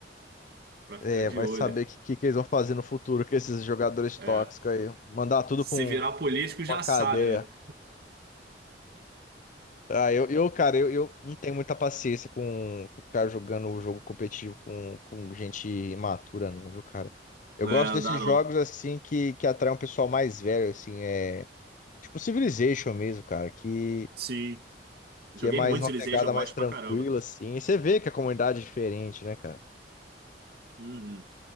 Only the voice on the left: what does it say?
É,
vai
saber o que, que, que eles vão fazer no futuro com esses jogadores
tóxicos aí. Mandar tudo
pra um-
uma cadeia.
Ah, eu, eu cara, eu, eu não tenho muita paciência com o cara jogando o jogo competitivo com, com gente imatura, não, viu, cara? Eu
gosto
desses
jogos, assim, que, que atraem um pessoal mais velho, assim, é... Tipo Civilization mesmo, cara, que,
que é mais
uma
pegada
mais
tranquila,
assim. E você vê que a comunidade é diferente, né, cara?